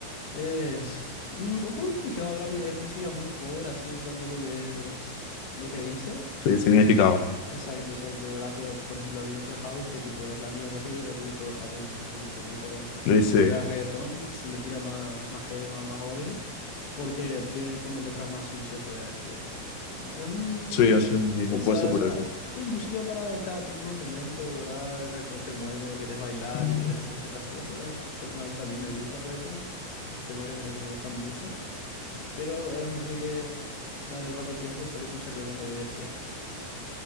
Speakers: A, on the left (about 55°); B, on the left (about 80°).
A: es mm, un poco complicado, ¿verdad? Porque es música muy pobre así en cuanto a lo que es lo que dice.
B: Sí, significaba.
A: Exacto, exacto, ¿verdad? Pero por ejemplo a mí me gusta el house que tipo es la misma cosa que se repite todo el rato con un beat un poco diferente, ¿verdad?
B: Le Dice,
A: Pero al reggaetón se le tira más, más hate, más, más odio. Porque tiene como letras más sucias, te voy a decir, ¿entendés? Entonces, mm,
B: soy
A: qui-
B: hace un mismo
A: quién
B: puesto
A: sabe,
B: por
A: o sea,
B: eso.
A: es música para cada tipo de momento, ¿verdad? El reggaetón te mueve cuando quieres bailar
B: Ujú.
A: y quieres hacer ciertas cosas. Personalmente a mí me gusta el reggaetón, muchos temas que me, que me gustan mucho, pero es música que la mayor parte del tiempo solo escucharía cuando voy de fiesta.